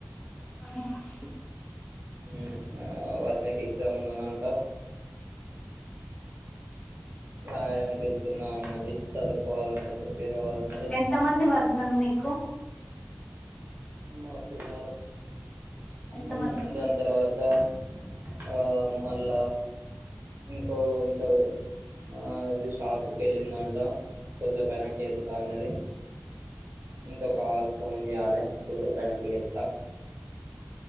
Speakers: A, on the left; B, on the right.
A: అవున
B: మ్ ఆ వదినకి ఎగ్జామ్ ఉన్నదంట. రాయడానిక్ వెళ్తున్నా అన్నది. చదువుకోవాలన్నది ప్రిపేర్ కావాలన్నది
A: ఎంతమంది వదినల్ మీకు
B: మాకున్నారు.
A: ఎంతమంది
B: మ్ దాన్ తర్వాత్ త్ ఆ మళ్ళా ఇంకోరు ఉంటరు ఆ అది షాప్కి వెళ్ళిందంట కొద్ధిసేపైనంక ఎత్త అన్నది ఇంక బావక్ ఫోన్ చేయాలే కోసేపైనక చేత్త